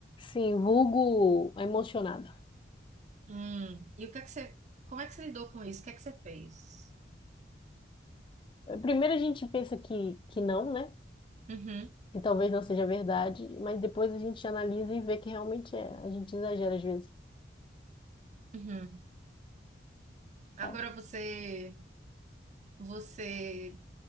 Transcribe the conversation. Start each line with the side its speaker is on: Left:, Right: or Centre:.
Left: Sim, vulgo emocionada.
Right: Hum. E o que é que você, como é que você lidou com isso? O que é que você fez?
Left: Primeiro a gente pensa que, que não, né?
Right: Uhum,
Left: Que talvez não seja verdade, mas depois a gente analisa e vê que realmente é. A gente exagera às vezes,
Right: uhum. Agora
Left: tá?
Right: você, você